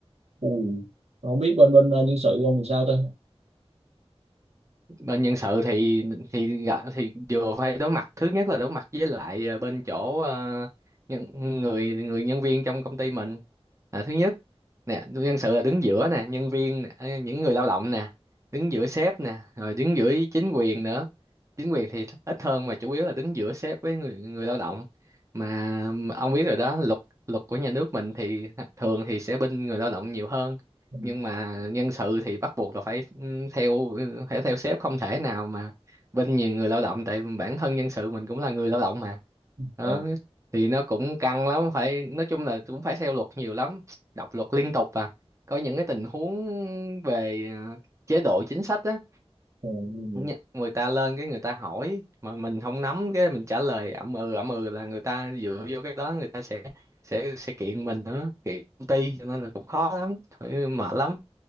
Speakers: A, on the right (about 75°); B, on the right (about 30°).
A: Ui, không biết bên bên ờ, nhân sự ông làm sao ta
B: bên nhân sự thì thì thì vừa phải đối mặt thứ nhất là đối mặt với lại ờ, bên chỗ ờ, nhân, người người nhân viên trong công ty mình là thứ nhất nè nhân sự là đứng giữa nè nhân viên nè, ờ, những người lao động nè đứng giữa sếp nè rồi đứng giữa chính quyền nữa chính quyền thì ít hơn mà chủ yếu là đứng giữa sếp với người người lao động mà ông biết rồi đó luật luật của nhà nước mình thì thường thì sẽ bên người lao động nhiều hơn
A: ừ.
B: nhưng mà nhân sự thì bắt buộc là phải ừ, theo ừ, phải theo sếp không thể nào mà bên nhiều người lao động tại bản thân nhân sự mình cũng là người lao động mà
A: Ừ.
B: đó thì nó cũng căng lắm phải nói chung là cũng phải theo luật nhiều lắm đọc luật liên tục à có những cái tình huống về ờ, chế độ chính sách á
A: Ừ.
B: Nhá, người ta lên cái người ta hỏi mà mình không nắm cái mình trả lời ậm ừ ậm ừ là người ta dựa vô cái đó người ta sẽ sẽ sẽ kiện mình nữa kiện công ty cho nên là cũng khó lắm thôi mệt lắm